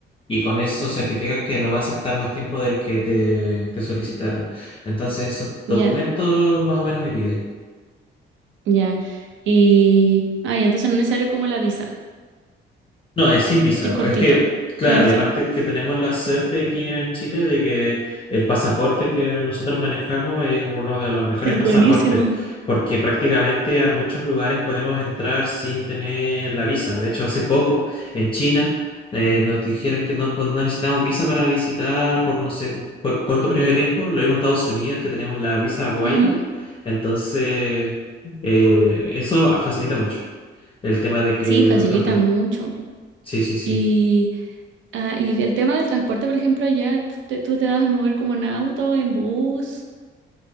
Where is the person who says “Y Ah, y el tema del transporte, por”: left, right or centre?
Right